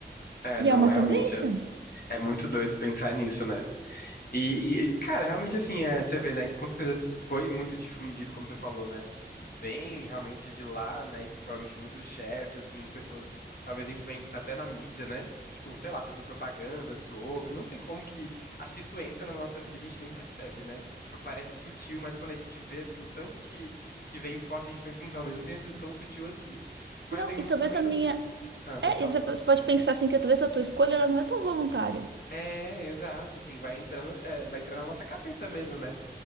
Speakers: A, on the left; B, on the right.
A: É,
B: E
A: não,
B: é uma
A: realmente,
B: tendência.
A: é, é muito doido pensar nisso, né? E, e, cara, realmente assim, é, você vê, né? Com certeza foi muito difundido, como você falou, né? Vem realmente de lá, né? E provavelmente muitos chefes, assim, pessoas talvez influentes até na mídia, né? Tipo, sei lá, fazendo propaganda sobre. Não sei como que. Acho que isso entra na nossa vida, a gente nem percebe, né? Tipo, parece sutil, mas quando a gente vê, assim, o tanto que, que vem forte, a gente pensa, "Hum, talvez não tenha sido tão sutil assim. Mas
B: Não,
A: vem muito
B: e talvez
A: também
B: a
A: do.
B: minha.
A: f- Ah, pode
B: É,
A: falar.
B: e você p- pode pensar assim que talvez a tua escolha ela não é tão voluntária.
A: É, exato, assim, vai entrando, é, vai entrando na nossa cabeça mesmo, né?